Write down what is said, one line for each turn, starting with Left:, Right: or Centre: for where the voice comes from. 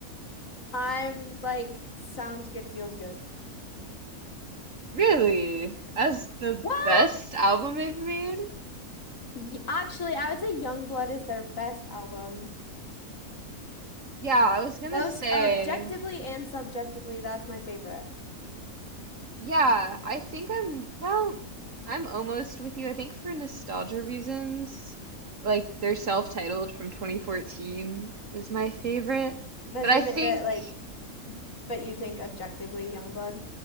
Left: I'm like, sounds good, feels good.
Right: Really? As the
Left: Well,
Right: best album they've made?
Left: y actually, I would say Youngblood is their best album.
Right: Yeah, I was gonna
Left: Both
Right: say.
Left: objectively and subjectively, that's my favorite.
Right: Yeah, I think I'm, well, I'm almost with you. I think for nostalgia reasons, like their self-titled from 2014 is my favorite.
Left: That's
Right: But I
Left: your
Right: think
Left: favorite, like, but you think objectively Youngblood?